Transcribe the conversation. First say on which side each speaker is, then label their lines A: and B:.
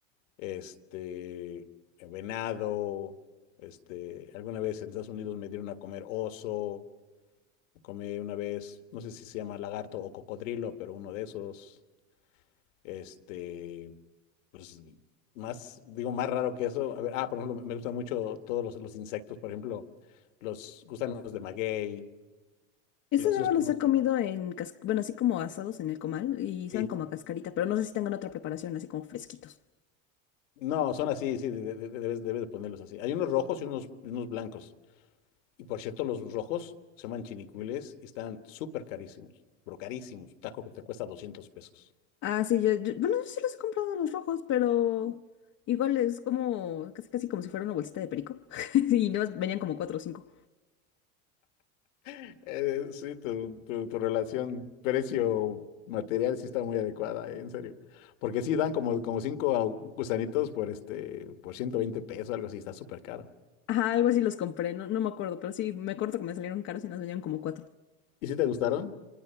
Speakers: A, on the left (about 75°); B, on the left (about 40°).
A: este, venado, este, alguna vez en Estados Unidos me dieron a comer oso, Comí una vez, no sé si se llama lagarto o cocodrilo, pero uno de esos, este, pues más, digo, más raro que eso. A ver, ah, por ejemplo, me gustan mucho todos los, los insectos, por ejemplo, los gusanos de maguey,
B: Eso
A: los,
B: nada
A: sí los
B: más
A: conozco,
B: los he comido en, cas- bueno, así como asados en el comal y saben
A: sí.
B: como a cascarita, pero no sé si tengan otra preparación, así como fresquitos.
A: No, son así, sí, de- de- de- debes, debes de ponerlos así. Hay unos rojos y unos, y unos blancos. Y por cierto, los rojos se llaman chinicuiles y están súper carísimos, pero carísimos. Un taco que te cuesta 200 pesos.
B: Ah, sí, yo, yo- bueno, yo sí los he comprado los rojos, pero igual es como, casi casi como si fuera una bolsita de perico. <laughs> Y no, venían como cuatro o cinco.
A: Eh, eh, sí, tu, tu, tu relación precio-material sí está muy adecuada, eh, en serio. Porque sí dan como, como cinco au- gusanitos por este, por 120 pesos, algo así, está súper caro.
B: Ajá, algo así los compré, no, no me acuerdo, pero sí, me acuerdo que me salieron caros y nos venían como cuatro.
A: ¿Y si te gustaron?